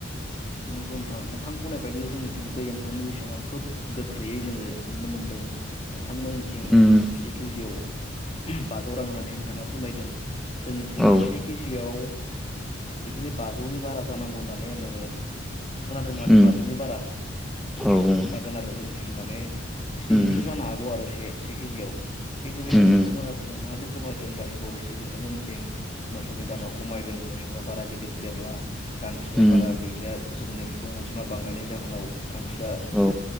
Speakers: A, on the left (about 30°); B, in the centre.
A: नोंगौ नोंथां नोंथां बुंनाय बायदिनो जोंनिथिं बे एम्फौनि बेसेना खोब गोख्रैयै जोङो नुनो मोन्दों नोंथां नोंथांमोननिथिं
B: उम
A: से केजियाव ओम बाजौ रां होननानै नोंथाङा फोरमायदों जोंनिथिं
B: औ
A: से केजिआव बिदिनो बाजौनि बारा जानांगौ होननानै आङो खोनादों माने
B: उम
A: बाजौनि बारा
B: औ उम
A: जागोन आरो जों जों माने स्निजौसो
B: उम
A: जानो हागौ आरो से से केजियाव थिग बेबायदिनो
B: उम
A: नोंथांमोना नोंथाङा फोरमायदों दानि बावैसो नोंथांमोननिथिं मोसौनि दामा खमायदों मोसौआ बारा गिदिर देरला गांसोआ
B: उम
A: बारा गैलिया जोंनि सुबुं अनजिमा बांनायनि जाहोनाव गांसोआ
B: औ